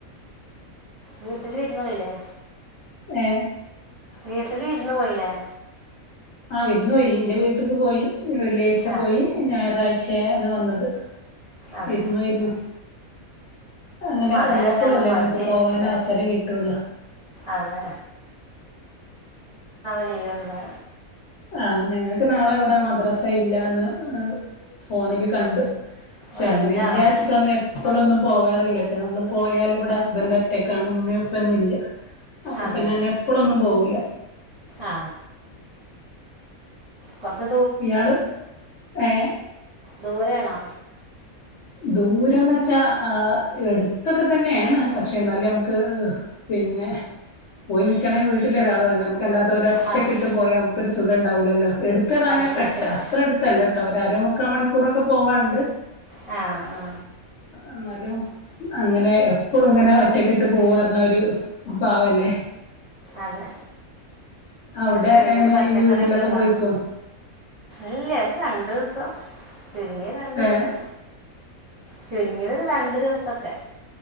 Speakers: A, on the right; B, on the left.
A: വീട്ടില് ഇരുന്നോയില്ലേ.
B: ഏ
A: വീട്ടില് ഇരുന്ന് പോയില്ലേ.
B: ആ വിരുന്ന് പോയി. ഇന്റെ വീട്ട്ക്ക് പോയി. വെള്ളിയാഴ്ച
A: ആ
B: പോയി ഞായറാഴ്ച. <unintelligible> വന്നത്.
A: അതെ
B: ഇരുന്നു പോയിരുന്നു. അങ്ങനെ
A: മഴ
B: വല്ലപ്പോഴും
A: ആയ കാരണം
B: അല്ലേ
A: മടിയായിരിക്കില്ലേ
B: നമക്ക് പോവാൻ അവസരം കിട്ടൂള്ളു.
A: അതെ <unintelligible> ഒന്ന്
B: ആഹ ഞങ്ങൾക്ക് നാളെ ഇവിടെ മദ്രസ ഇല്ലന്ന് ഫോണില് കണ്ടു. പക്ഷെ
A: റേഞ്ചാണോ
B: അങ്ങനെ <unintelligible> എപ്പോഴൊന്നും. പോവാറില്ലട്ടാ നമ്മള് പോയാല് ഇവിടെ ഹസ്ബൻഡ് ഒറ്റക്കാണ് ഉമ്മേഉപ്പേന്നും ഇല്ല. അപ്പൊ
A: അതെ
B: പിന്നെ അങ്ങനെ എപ്പഴൊന്നും പോകൂല.
A: ആ കുറച്ച്
B: ഇയാള് ഏ.
A: ദൂരെ ആണാ.
B: ദൂരന്ന് വെച്ചാ ആ എടുത്തൊക്കെ തന്നെയാണ്. പക്ഷെ എന്നാലും നമുക്ക് പിന്നെ പോയി നിക്കണെ വീട്ടില് ഒരാൾ വേണേ. <unintelligible> ഒറ്റക്കിട്ട്
A: അതെ
B: പോയാ നമുക്കൊരു സുഖ ഉണ്ടാവില്ലല്ലോ. <unintelligible>
A: അത് ശരി
B: പെട്ട
A: ശരി
B: അത്ര എടുത്തല്ലട്ടോ ഒരമു മുക്കാ മണിക്കൂറൊക്കെ പോവാണ്ട്.
A: ആ ആ
B: എന്നാലും അങ്ങനെ എപ്പോഴും ഇങ്ങനെ ഒറ്റക്കിട്ട് പോവാർണവര് പാവല്ലേ.
A: അതെ
B: അവിടെ
A: എന്താ വീടില്
B: എങ്ങനെ
A: പച്ചക്കറിയൊക്കെ
B: ഈ വീട്ടിലൊക്കെ
A: ഉണ്ടോ,
B: പോയിക്കോ
A: ഇല്ല ഒരു രണ്ടു ദിവസം. <unintelligible> ചുരുങ്ങിയ രണ്ടുസം.
B: ഏഹ്
A: ചുരുങ്ങിയത് രണ്ടു ദിവസൊക്കെ.